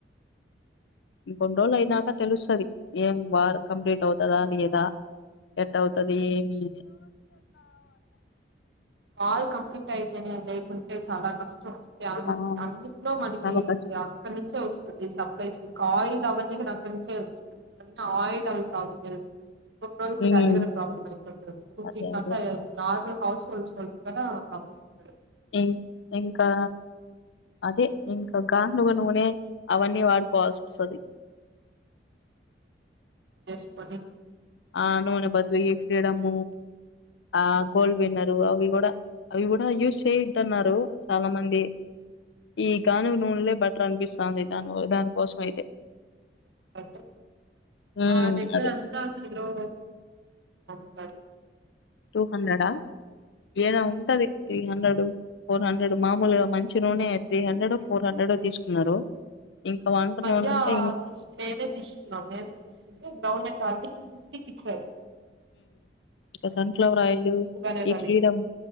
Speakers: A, on the left (about 75°); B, on the right (about 75°).
A: ఇంకొన్ని రోజులు అయినాక తెలుస్తుది ఏం వారు కంప్లీట్ అవుతందా లేదా ఎట్ అవుతుది ఏమి
B: ఆల్ కంప్లీట్ అయితేేనే అ అతే చాలా కష్టం
A: ఆ
B: అంట్లో మనకి
A: చాలా కష్టం
B: అక్కడి నుంచే వస్తుంది సబ్ సి కాయిల్ అవజ నాకు ఆయిల్ అవిబ్డు కొ కొ
A: ఉమ్
B: అదిక కూడా ప్రాబ్లమ్యిపోతుంది కుంగ్ంత
A: అదే అదే
B: నార్మల్ హౌస్ఫుల్స్ క్కడ పంపించడు
A: ఇం ఇంకా అదే ఇంకా గాలుగ నూనె అవన్నీ వాడుకోవాల్సి వస్తుంది
B: అస్ట్ ప
A: ఆ నూనె బదులీ ఫ్రీడమ్ ఆ గోల్డ్ విన్నరు అవి కూడా అవి కూడా యూస్ చేయద్దన్నారు చాలా మంది ఈ గాను నూనెలే బటర్ అనిపిస్తుంది దాని దానికోసం అయితే
B: అ
A: ఉమ్
B: మాద
A: అదే
B: గంత కలో <inaudible>
A: టూ హండ్రెడా ఏనా ఉంటది త్రీ హండ్రెడ్ ఫోర్ హండ్రెడ్ మామూలుగా మంచి నూనె త్రీ హండ్రెడ్ ఫోర్ హండ్రెడ్ తీసుకున్నారు ఇంకా వంట
B: ఈ మధ్య
A: నూనె అంటే ఇం-
B: తీసు మేమే తీసుకున్నాం మేమే తీసుకుంటే గ్రౌండ్ నట్ సిఫ్టీకి ఇచ్చారు
A: ఇంకా సన్ఫ్లవర్ ఆయిల్
B: తక్కువగానే
A: ఈ
B: పడింది
A: ఫ్రీడమ్